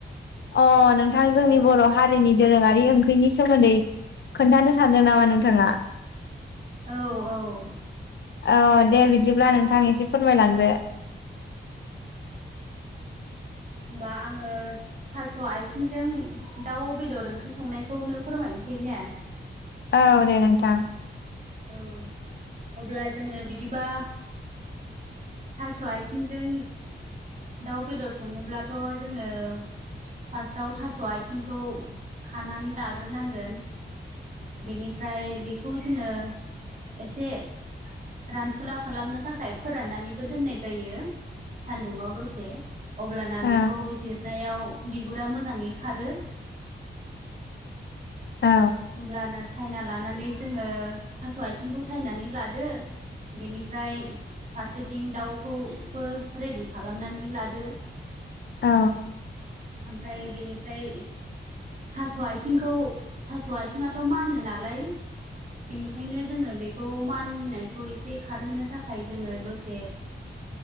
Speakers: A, on the left; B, on the right.
A: अ नोंथां जोंनि बर हारिनि दोरोङारि ओंख्रिनि सोमोन्दै। खोन्थानो सानदों नामा नोंथाङा?
B: औ औ।
A: औ दे बिदिब्ला नोंथां एसे फोरमायलांदो।
B: <inaudible> होमबा आंङो थास' आथिंजों दाउ बेदर ओंख्रि संनायखौनो फोरमायनोसै। सैनोय ने।
A: औ दे नोंथां।
B: औ अब्ला जोंङो बिदिबा थास' आथिंजों दाउ बेदर संनोब्लाथ जोंङो फार्स्टाव थास आथिंखौ खानानै लाग्रोनांगोन। बेनिफ्राय बेखौ जोंङो एसे रानफुला खालामनो थाखाय फोराननानैबो दोननाय जायो। सान्दुंङाव दसे अब्लाना
A: औ
B: बेखौ जिरनायाव बिगुरा मोजांङै खारो।
A: औ
B: होमब्लाना सायना लानानै जोंङो थास आथिंखौ सायनानै लादो। बेनिफ्राय फारसेथिं दाउखौबो रेडि खालामनानै लादो।
A: औ।
B: ओमफ्राय बेनिफ्राय थास' आथिंखौ थास' आथिङाथ' मानो नालाय बेनिखायनो जोङो बेखौ माननायखौ एसे खारहोनो थाखाय जोङो दसे